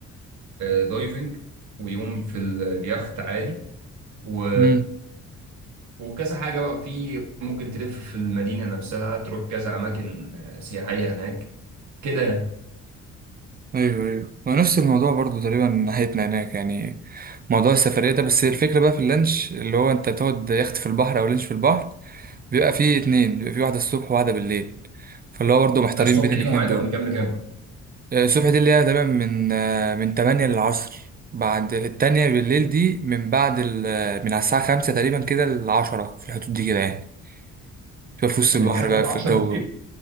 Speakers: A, on the right (about 70°); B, on the right (about 30°).
A: آه، دايفنج ويوم في ال- اليخت عادي و...
B: امم
A: وكذا حاجه بقى في ممكن تلف في المدينه نفسها تروح كذا اماكن آه، سياحيه هناك كده يعني
B: ايوه ايوه ما نفس الموضوع برضو تقريبا ناحيتنا هناك يعني موضوع السفرية ده بس الفكرة بقى في اللانش اللي هو انت تقعد يخت في البحر او لانش في البحر بيبقى فيه اتنين بيبقى فيه واحدة الصبح وواحدة بالليل فاللي هو برضه محتارين
A: الصبح
B: بين الاتنين
A: دي موعدها
B: دول
A: من كام لكام؟
B: آه، الصبح دي اللي هي تمام من آه، من تمانية للعصر بعد التانية بالليل دي من بعد ال- آه، من على الساعة خمسة تقريبا كده لعشرة في الحدود دي كده يعني تبقى في وسط
A: من
B: البحر
A: 5
B: بقى
A: ل
B: في
A: 10
B: الجو
A: بالليل